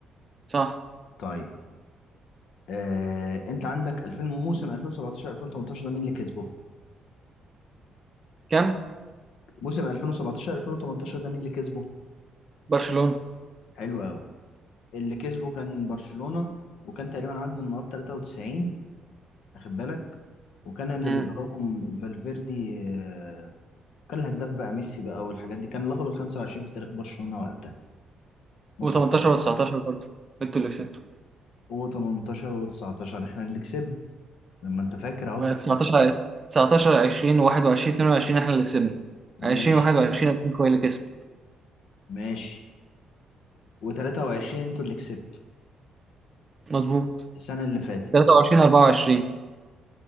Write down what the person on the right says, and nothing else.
صح
كام
برشلونة
مم.
و18 و19 برضه انتوا اللي كسبتوا
و19 19 20 21 22 احنا اللي كسبنا
20 21 اتلتيكو هي اللي كسبت
مظبوط
23 24